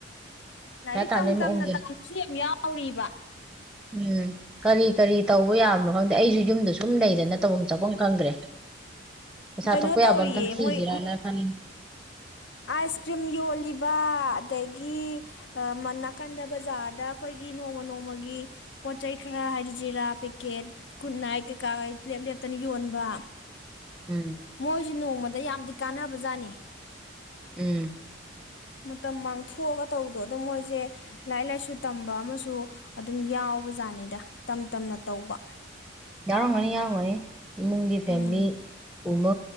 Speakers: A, on the left (about 60°); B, in the centre.
A: ꯂꯥꯏꯔꯤꯛ
B: ꯄꯩꯁꯥ ꯇꯥꯟꯕꯩ
A: ꯇꯝ ꯇꯝꯅ
B: ꯃꯑꯣꯡꯁꯦ
A: ꯇꯥꯡꯁꯨ ꯌꯥꯝ ꯌꯥꯎꯔꯤꯕ
B: ꯎꯝ ꯀꯔꯤ ꯀꯔꯤ ꯇꯧꯕ ꯌꯥꯕꯅꯣ ꯈꯪꯗꯦ ꯑꯩꯁꯨ ꯌꯨꯝꯗ ꯁꯨꯝ ꯂꯩꯗꯅ ꯇꯧꯐꯝ ꯆꯠꯐꯝ ꯈꯪꯗ꯭ꯔꯦ ꯄꯩꯁꯥ
A: ꯀꯩꯅꯣ
B: ꯊꯣꯛꯄ
A: ꯇꯧꯔꯤꯌꯦ
B: ꯌꯥꯕ ꯑꯝꯇꯪ ꯁꯤꯈꯤꯔꯅ
A: ꯃꯣꯏ
B: ꯐꯅꯤ
A: ꯑꯥꯏꯁ ꯀ꯭ꯔꯤꯝ ꯌꯣꯜꯂꯤꯕ ꯑꯗꯒꯤ ꯃ ꯅꯥꯀꯟꯗ ꯕꯖꯥꯔꯗ ꯑꯩꯈꯣꯏꯒꯤ ꯅꯣꯡꯃ ꯅꯣꯡꯃꯒꯤ ꯄꯣꯠ ꯆꯩꯩ ꯈꯔ ꯍꯥꯏꯗꯤ ꯖꯤꯔꯥ ꯄꯦꯛꯀꯦꯠ ꯀꯨꯠ ꯅꯥꯏꯠ ꯀꯩꯀꯥ ꯀꯩ ꯂꯦꯞ ꯂꯦꯞꯇꯅ ꯌꯣꯟꯕ
B: ꯎꯝ
A: ꯃꯣꯏꯁꯨ ꯅꯣꯡ ꯃ ꯑꯗ ꯌꯥꯝꯗꯤ ꯀꯥꯟꯅꯕ ꯖꯥꯠꯅꯤ
B: ꯎꯝ
A: ꯃꯇꯝ ꯃꯥꯡꯊꯣꯛꯑꯒ ꯇꯧꯕꯗꯣ ꯑꯗꯣ ꯃꯣꯏꯁꯦ ꯂꯥꯏꯔꯤꯛ ꯂꯥꯏꯁꯨ ꯇꯝꯕ ꯑꯃꯁꯨ ꯑꯗꯨꯝ ꯌꯥꯎꯕ ꯖꯥꯠꯅꯤꯗ ꯇꯝ ꯇꯝꯅ ꯇꯧꯕ
B: ꯌꯥꯅ ꯈꯅꯤ ꯌꯥ ꯃꯥꯏ ꯏꯃꯨꯡꯒꯤ ꯐꯦꯃꯤꯂꯤ
A: ꯎꯝ
B: ꯎꯕ